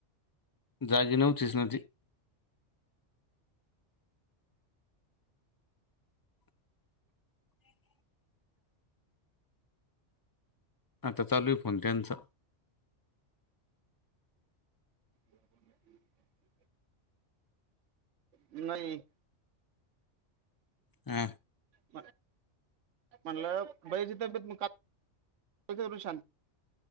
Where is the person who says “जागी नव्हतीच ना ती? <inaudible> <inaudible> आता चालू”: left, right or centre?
Left